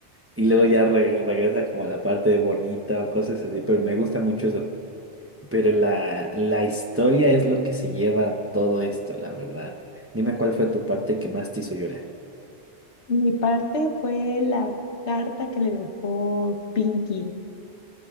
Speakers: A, on the right; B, on the left.
A: y luego ya re- regresa como a la parte bonita o cosas así, pero me gusta mucho eso. Pero la, la historia es lo que se lleva todo esto, la verdad. Dime cuál fue tu parte que más te hizo llorar.
B: Mi parte fue la carta que le dejó Pinky